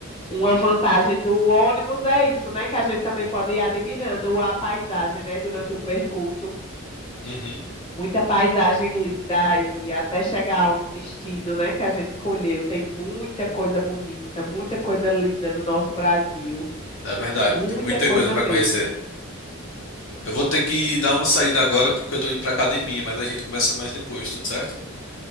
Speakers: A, on the left; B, on the left.
A: uma vantagem do ônibus é isso, né? Que a gente também pode ir admirando a paisagem, né? Durante o percurso.
B: Uhum,
A: Muita paisagem linda e até chegar a um destino, né, que a gente escolheu. Tem muita coisa bonita, muita coisa linda no nosso Brasil.
B: é verdade.
A: Muita
B: Tem muita
A: coisa
B: coisa pra
A: mesmo.
B: conhecer. Eu vou ter que dar uma saída agora porque eu tô indo pra academia, mas a gente conversa mais depois, tudo certo?